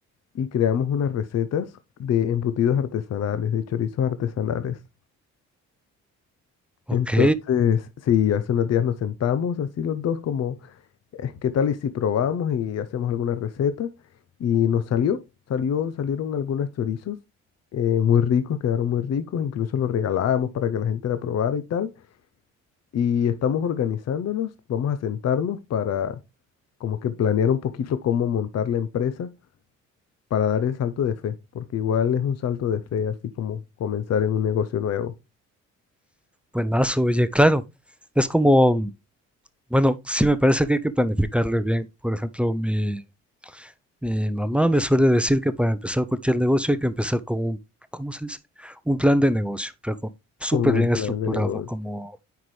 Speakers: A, on the left; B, in the centre.
A: y creamos unas recetas de embutidos artesanales, de chorizos artesanales.
B: Ok,
A: Entonces, sí, hace unos días nos sentamos así los dos como eh, ¿Qué tal y si probamos y hacemos alguna receta? Y nos salió, salió, salieron algunos chorizos eh, muy ricos, quedaron muy ricos, incluso los regalábamos para que la gente la probara y tal. Y estamos organizándonos, vamos a sentarnos para como que planear un poquito cómo montar la empresa para dar el salto de fe, porque igual es un salto de fe, así como comenzar en un negocio nuevo,
B: Buenazo, oye, claro. Es como, bueno, sí me parece que hay que planificarle bien. Por ejemplo, mi, mi mamá me suele decir que para empezar cualquier negocio hay que empezar con un, ¿cómo se dice? Un plan de negocio, pero con- súper
A: con un
B: bien
A: plan
B: estructurado,
A: de negocio.
B: como,